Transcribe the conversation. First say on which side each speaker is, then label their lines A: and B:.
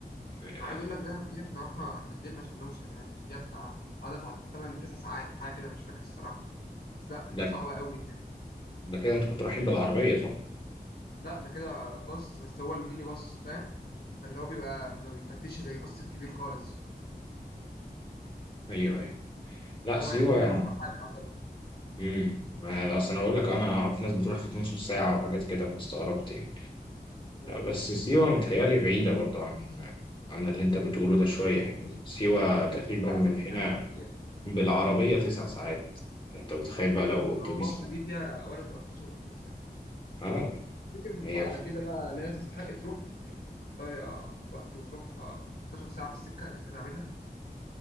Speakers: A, on the left; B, on the left.
A: آه،
B: عايز اقول لك دهب دي احنا رحنا اتبهدلنا عشان نوصل يعني فيها بتاع قعدنا بتاع 8 9 ساعات حاجه كده مش فاكر الصراحه بس لا كانت
A: ده
B: صعبه قوي يعني
A: ده كده انتوا كنتوا رايحين بالعربيه صح
B: لا ده كده باص بس هو الميني باص فاهم فاللي هو بيبقى ما بيتفتش زي الباص الكبير خالص
A: ايوه ايوه لا
B: ان هو
A: سيوه
B: احنا كده اسرع حاجه يعتبر
A: امم اصل انا بقول لك انا اعرف ناس بتروح في 12 ساعه وحاجات كده فاستغربت يعني.
B: لا لا
A: بس سيوة متهيألي بعيدة برضو عن عن اللي أنت بتقوله ده شوية يعني سيوة تقريبا
B: بس انا
A: من
B: سمعت
A: هنا
B: إن هي
A: بالعربية تسع ساعات أنت متخيل بقى
B: ماشي
A: لو
B: انت لو
A: أتوبيس
B: باص دي فيها ولا 13 14 ساعه
A: آه
B: تفتكر
A: هي
B: على كده بقى لا هي تستحق تروح يعني تضيع وقت وتروح 12 ساعه في السكه يعني انت تعملها